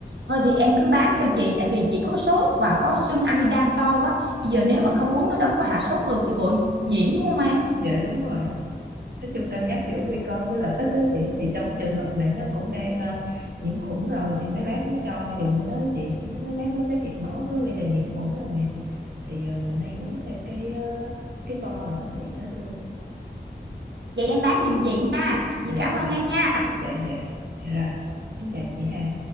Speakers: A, on the right; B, on the right.
A: thôi thì em cứ bán cho chị tại vì chị có sốt và có sưng amidan to quá bây giờ nếu mà không uống nó đâu có hạ sốt được thì bội nhiễm đúng không em
B: dạ đúng rồi nói chung cân nhắc giữa nguy cơ với lợi ích đó chị thì trong trường hợp này nó cũng đang ờ, nhiễm khuẩn rồi thì mấy bác mới cho dùng cái đó chị em thấy mấy bác có xét nghiệm máu có ghi là nhiễm khuẩn rồi nè thì ờ, mình nên uống theo cái ờ, cái toa mà bác sĩ đã đưa
A: vậy em bán giùm chị nha chị
B: dạ
A: cảm
B: dạ
A: ơn em nha
B: dạ dạ dạ rồi em chào chị Hà